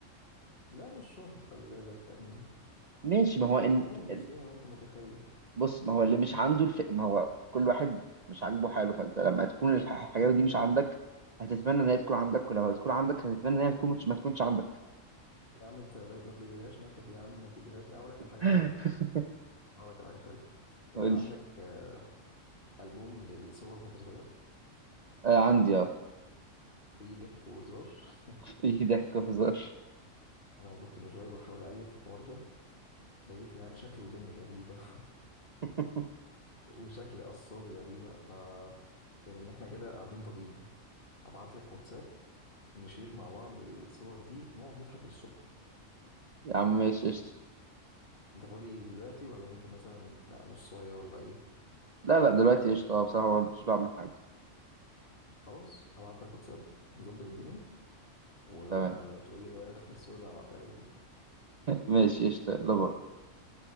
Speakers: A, on the left; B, on the right.
A: لا مش شرط خلي بالك يعني
B: ماشي
A: ال-
B: ما هو
A: الموضوع
B: ان
A: مش
B: ال-
A: زي ما انت متخيل
B: بص ما هو اللي مش عنده الف... ما هو كل واحد مش عاجبه حاله فانت لما تكون الح- الحاجات دي مش عندك هتتمنى ان هي تكون عندك ولو هتكون عندك هتتمنى ان هي تكون مش... ما تكونش عندك
A: يا عم انت ب- ما تقلبهاش نكد يا عم ما تقلبهاش أنا هقول لك على حاجه
B: <laughs>
A: حلوه طيب هقول لك على حاجه حلوه انت
B: قول
A: عندك
B: لي
A: آه، البوم ل- لصور وانت صغير
B: آه عندي اه
A: في ضحك وهزار <laughs>
B: في ضحك وهزار
A: انا من كنت من شويه بحاول اقلب في الحوار ده لقيت يعني شكل وداني غريبه
B: <laughs>
A: <laughs> وشكل قصاد غريبه ف بما ان احنا كده قاعدين فاضيين هبعت لك واتساب نشير مع بعض الصور دي نقعد نضحك للصبح
B: يا عم ماشي قشطة
A: انت فاضي دلوقتي ولا ممكن مثلا لا نصايه ولا ايه
B: لا لا دلوقتي قشطة اه بصراحة مش بعمل حاجة
A: خلاص هبعت لك واتساب نظبط الدنيا وتقول
B: تمام
A: لي ايه رايك في الصور اللي هبعتها لك دي
B: ماشي قشطة لا باي.